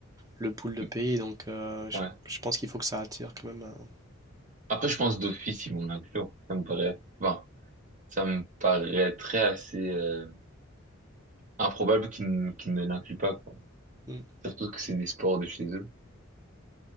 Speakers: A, on the right (about 15°); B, on the right (about 40°).
A: le pool de
B: mm,
A: pays. Donc, euh, je,
B: ouais.
A: je pense qu'il faut que ça attire quand même. euh,
B: Après, je pense d'office, ils vont l'inclure. Ça me paraît, bon, ça me paraîtrait assez, euh, improbable qu'ils, n- qu'ils ne l'incluent pas, quoi.
A: mm.
B: Surtout que c'est des sports de chez eux.